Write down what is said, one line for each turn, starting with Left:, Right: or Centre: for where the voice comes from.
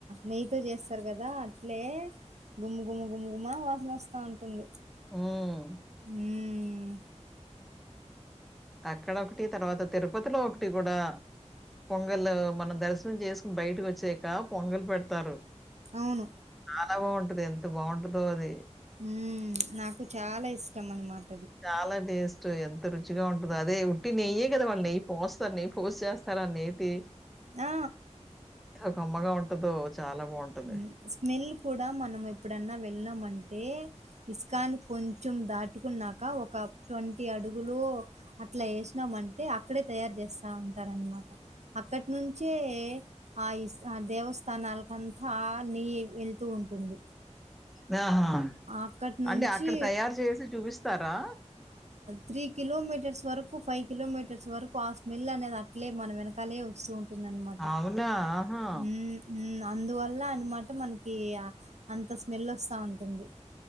Right: నెయ్యితో చేస్తారు కదా అట్లే గుమ్ గుమ్ గుమ్గుమ్మ వాసన వస్తా ఉంటుంది
Centre: ఉమ్
Right: మ్మ్
Centre: అక్కడ ఒకటి తర్వాత తిరుపతిలో ఒకటి కూడా పొంగలు మనం దర్శనం చేసుకోని బయటకి వచ్చాక పొంగలు పెడతారు
Right: అవును
Centre: చాలా బాగుంటది ఎంత బాగుంటదో అది
Right: ఉ నాకు చాలా ఇష్టం అన్నమాట
Centre: చాలా టెస్ట్ ఎంత రుచిగా ఉంటదో అదే ఉట్టి నెయ్యే కదా వాళ్ళు నెయ్యి పోస్తారు నెయి పోషే స్తర అ నెతీ
Right: ఆ
Centre: కమ్మగా ఉంటదో చాలా బావుంటది.
Right: ఉ స్మెల్ కూడా మనం ఎప్పుడన్నా వెళ్ళమంటే ఇస్ కాన్ కొంచెం దాటుకున్నాక ఒక ట్వంటీ అడుగులు అట్లా ఎషి మంటె అక్కడే తయారు జేస్తాఉంటరు అన్ మాట అక్కడ్ నుంచే ఆ ఇ ఇస్ ఆ దేవస్థానాల్ కంత్ హనీ వేల్ తు ఉంటుంది
Centre: న్య ఆహా
Right: అక్కడి నుంచి
Centre: అంటే అక్కడ్ తయారు జేసి చూపిస్తారా
Right: త్రీ కిలోమీటర్స్ వరకు ఫై కిలోమీటర్స్ వరకు ఆ స్మెల్ అనేది అట్లే మన వెనకాలే వస్తుంన్ టున్ అన్ మాట
Centre: అవునా! ఆహా!
Right: హ్మ్ ఉమ్ మా అందువల్ల అన్ మాట మనకి ఆ అంత స్మెల్ వస్తా ఉంటుంది